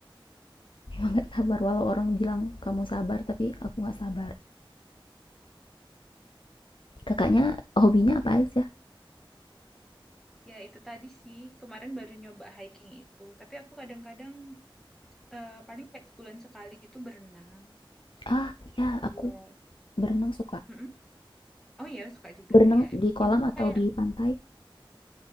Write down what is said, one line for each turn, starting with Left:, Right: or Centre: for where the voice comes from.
Left: emang nggak sabar walau orang bilang kamu sabar tapi aku nggak sabar kakaknya hobinya apa aja
Centre: Ya itu tadi sih kemarin baru nyoba hiking itu, tapi aku kadang-kadang eh, paling kayak sebulan sekali gitu berenang
Left: ah ya
Centre: buat.
Left: aku berenang suka
Centre: Mm-mm. Oh ya suka juga
Left: berenang
Centre: ya.
Left: di kolam
Centre: Ini
Left: atau
Centre: kayak
Left: di pantai